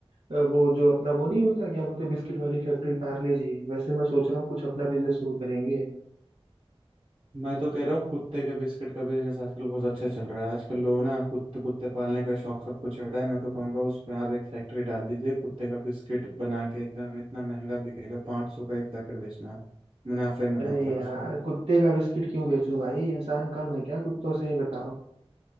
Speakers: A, on the right (about 75°); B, on the right (about 55°).
A: अ, वो जो अपना वो नहीं होता क्या बोलते हैं, बिस्किट वाली फैक्ट्री पार्ले जी वैसे मैं सोच रहा हूँ कुछ अपना बिजनेस शुरू करेंगे
B: मैं तो कह रहा हूँ कुत्ते के बिस्किट का बिजनेस आजकल बहुत अच्छा चल रहा है आजकल लोग ना कुत्ते कुत्ते पालने का शौक सबको चढ़ रहा है मैं तो कहूँगा उसमें आप एक फैक्ट्री डाल दीजिए कुत्ते का बिस्किट बना के एकदम इतना महंगा बिकेगा पाँच सौ का एक पैकेट बेचना आप मुनाफा ही मुनाफा
A: अरे यार
B: है उसमें
A: कुत्ते का बिस्किट क्यों बेचूं भाई इंसान कम है क्या कुत्तों से ही बताओ